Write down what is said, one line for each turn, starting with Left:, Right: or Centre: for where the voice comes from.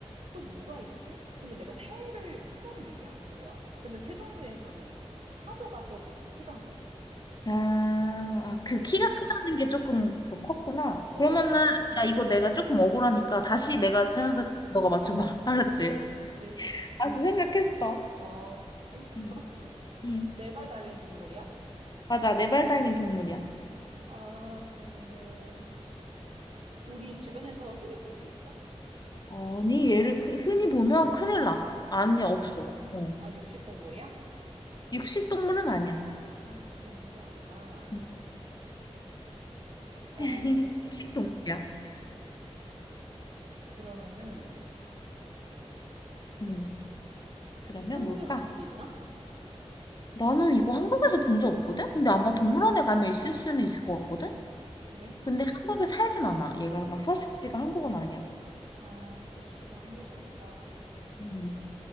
Right: 또 뭐가 있지? 근데 내가 새를, 새 종류를 얘기 안 한 거야. 근데 새 종류에서는 타조가 좀 더 크잖아.
Left: 아, 아, 그
Right: 그래서,
Left: 키가 크다는 게 조금 그 컸구나.
Right: 어어어.
Left: 그러면은, 야, 이거 내가 조금 억울하니까 다시 내가 생각할 때 너가 맞춰봐. <laughs> 알았지?
Right: 오케이, 오케이.
Left: 알았어, 생각했어.
Right: 어, 생각했어?
Left: 응, 응.
Right: 네발 달린 동물이야?
Left: 맞아, 네발 달린 동물이야.
Right: 아, 그러면은 우리 주변에서 흔히 볼 수 있어?
Left: 아니, 얘를 크- 흔히 보면 큰일 나. 아니야,
Right: 아, 그래?
Left: 없어. 어.
Right: 아, 육식 동물이야?
Left: 육식 동물은 아니야.
Right: 아, 육식 동물은 또 아니다.
Left: 응.
Right: 어,
Left: <laughs> 육식 동물이야.
Right: 그러면은
Left: 응 그러면
Right: 한국에서
Left: 뭘까?
Right: 볼 수 있나?
Left: 나는 이거 한국에서 본 적 없거든? 근데 아마 동물원에 가면 있을 수는 있을 것 같거든?
Right: 그래?
Left: 근데 한국에 살진 않아. 얘가 막 서식지가 한국은 아니야.
Right: 아, 서식지가 한국이 아니다.
Left: 음,